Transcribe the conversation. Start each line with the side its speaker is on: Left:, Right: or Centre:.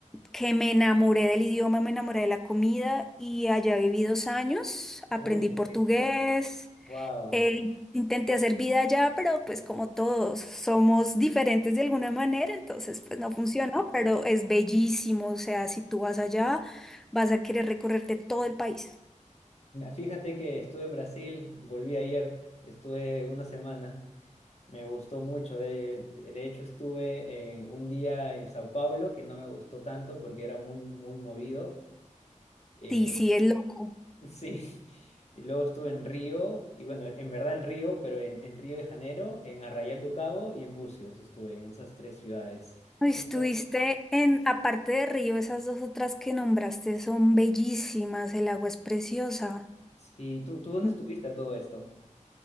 Centre: que me enamoré del idioma, me enamoré de la comida y allá viví dos años, aprendí
Left: uy, en
Centre: portugués,
Left: serio. Wow.
Centre: eh, intenté hacer vida allá, pero pues como todos somos diferentes de alguna manera, entonces pues no funcionó, pero es bellísimo, o sea, si tú vas allá, vas a querer recorrerte todo el país.
Left: Fíjate que estuve en Brasil, volví ayer, estuve una semana. Me gustó mucho. De, de hecho, estuve en un día en Sao Paulo que no me gustó tanto porque era muy, muy movido. Eh,
Centre: Sí, sí, es loco.
Left: <laughs> sí. Y luego estuve en Río, y bueno, en verdad en Río, pero en, en Río de Janeiro, en Arraial do Cabo y en Búzios estuve, en esas tres ciudades.
Centre: Estuviste
Left: No,
Centre: en, aparte de Río, esas dos otras que nombraste son bellísimas, el agua es preciosa.
Left: Sí, ¿tú, tú dónde
Centre: M-
Left: estuviste a todo esto?